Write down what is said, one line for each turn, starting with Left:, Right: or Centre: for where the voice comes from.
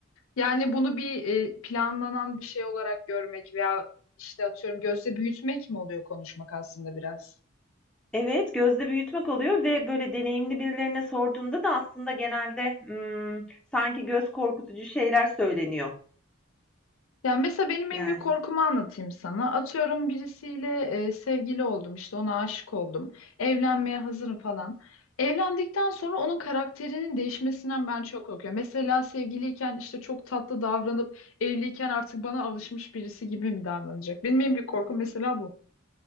Left: Yani bunu bir e, planlanan bir şey olarak görmek veya işte atıyorum gözde büyütmek mi oluyor konuşmak aslında biraz?
Centre: Evet, gözde büyütmek oluyor ve böyle deneyimli birilerine sorduğunda da aslında genelde hmm, sanki göz korkutucu şeyler söyleniyor.
Left: Ya mesela benim
Centre: Yani.
Left: en büyük korkumu anlatayım sana. Atıyorum birisiyle e, sevgili oldum işte ona aşık oldum. Evlenmeye hazırım falan. Evlendikten sonra onun karakterinin değişmesinden ben çok korkuyorum. Mesela sevgiliyken işte çok tatlı davranıp evliyken artık bana alışmış birisi gibi mi davranacak? Benim en büyük korkum mesela bu.